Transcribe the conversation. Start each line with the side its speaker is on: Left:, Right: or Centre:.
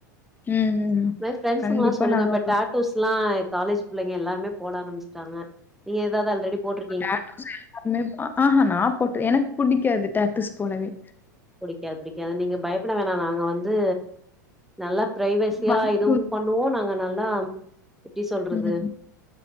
Left: ம் ம்
Centre: இந்த ஃபிரண்ஸ்க்குலா
Left: கண்டிப்பா
Centre: சொல்லுங்க
Left: நாங்க
Centre: இப்ப
Left: ஒரு
Centre: டேட்டூஸ்லா காலேஜ் பிள்ளைங்க எல்லாருமே போட ஆரமிஸ்ட்டாங்க நீங்க எதாது அல்ரெடி போட்ரு
Left: டேட்டஸ் எல்லாருமேப் அ ஆஹா நாப் போட்டு எனக் புடிக்காது டேட்டஸ் போடவே
Centre: புடிக்காது பிடிக்காது நீங்க பயப்பட வேணா நாங்க வந்து நல்லாப் பிரைவெசியா
Left: வலிக்கும்
Centre: எதுவும் பண்ணுவோ நாங்க நல்லாம் எப்டி சொல்றது
Left: ம்